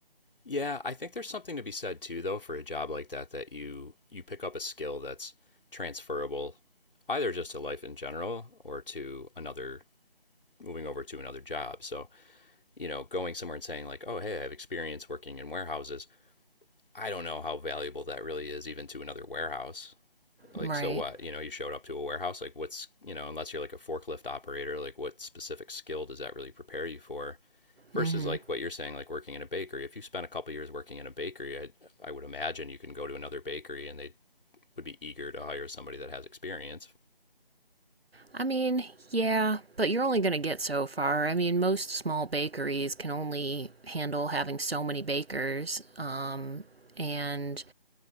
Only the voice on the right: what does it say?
Right.
Mm hmm.
I mean, yeah, but you're only going to get so far. I mean, most small bakeries can only handle having so many bakers. Um, and